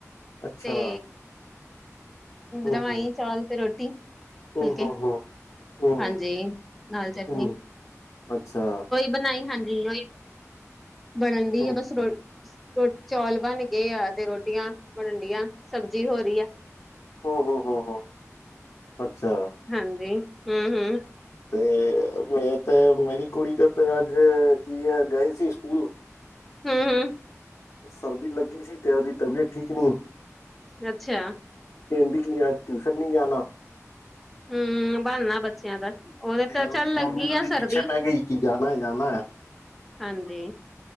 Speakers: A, on the left; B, in the centre.
A: ਅੱਛਾ।
B: ਤੇ
A: ਹੂੰ
B: ਰਵਾਈ
A: ਹੂੰ
B: ਚੌਲ ਤੇ ਰੋਟੀ, ਫੁਲਕੇ।
A: ਹੂੰ ਹੂੰ ਹੂੰ ਹੂੰ
B: ਹਂਜੀ, ਨਾਲ ਚਟਨੀ।
A: ਹੂੰ ਅੱਛਾ।
B: ਬਨਾਈ ਹਂਜੀ, ਬਨਨ ਦੀ
A: ਹੂੰ
B: ਐ ਬਸ ਰੋਟੀ। ਰੋਟੀ ਚੌਲ ਬਨ ਗਏ ਆ ਤੇ ਰੋਟੀਆਂ ਬਨਦੀਆਂ ਸਬਜ਼ੀ ਹੋ ਰੀ ਐ।
A: ਔਹੋ, ਔਹੋ, ਔਹੋ ਅੱਛਾ।
B: ਹਂਜੀ, ਹੂੰ ਹੂੰ।
A: ਤੇ ਮੈ ਮੇਰੀ ਕੁੜੀ ਤੇ ਅੱਜ ਕੀ ਐ ਗਏ ਸੀ ਸਕੂਲ।
B: ਹੂੰ ਹੂੰ।
A: ਸਰਦੀ ਲੱਗੀ ਸੀ ਤੈਅਲ ਦੀ ਤਬੀਅਤ ਠੀਕ ਨੀ।
B: ਅੱਛਿਆ।
A: ਕੈਂਦੀ ਕਿ ਅੱਜ ਟਿਊਸ਼ਨ ਨਹੀਂ ਜਾਨਾ।
B: ਹੂੰ ਬਹਾਨਾ ਬੱਚਿਆਂ ਦਾ ਔਦੇ ਤੇ
A: ਉਹਦੀ
B: ਚੱਲ ਲੱਗੀ
A: ਮੰਮੀ ਉਹਦੇ
B: ਆ ਸਰਦੀ।
A: ਪਿੱਛੇ ਪੈ ਗਈ ਕਿ ਜਾਣਾ ਹੈ ਜਾਣਾ ਹੈ
B: ਹਂਜੀ।